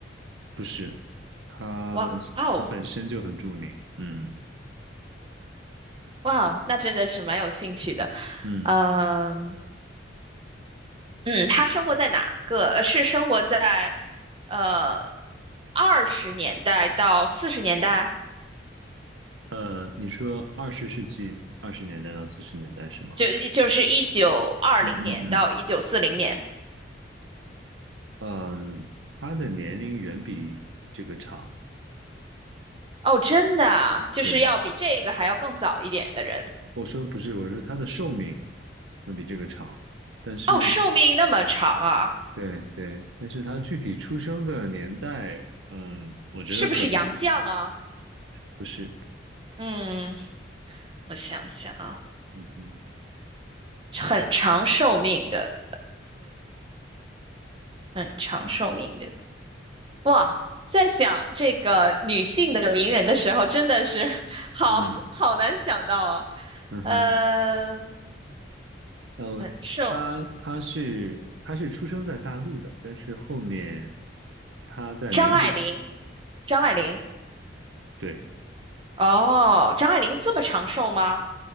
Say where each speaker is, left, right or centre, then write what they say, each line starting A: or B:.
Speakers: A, on the right; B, on the right.
A: 不是，他他本身就很著名，
B: 哇哦，
A: 嗯
B: 哇哦，那真的是蛮有兴趣的。
A: 嗯，
B: 嗯、嗯，他生活在哪个？呃是生活在呃二十年代到四十年代，
A: 呃，你说二十世纪二十年代到四十年代是吗？
B: 就就是一九二零年到一九四零年。
A: 嗯嗯嗯嗯，他的年龄远比这个长，
B: 哦，真的啊，就是要比这个还要更早一点的人。
A: 对，我说不是，我说他的寿命要比这个长。但是。
B: 哦，寿命那么长啊，
A: 对对，但是他具体出生的年代，嗯，我觉得可能
B: 是不是杨绛啊？
A: 不是，
B: 嗯，我想想啊，
A: 嗯哼，
B: 很长寿命的，很长寿命的。哇，在想这个女性的名人的时候，真的是 <laughs> 好好难想到啊。
A: 嗯嗯哼，
B: 呃，
A: 呃，
B: 很瘦，
A: 他他是他是出生在大陆的，但是后面他在民国，
B: 张爱玲，张爱玲，
A: 对，
B: 哦，张爱玲这么长寿吗？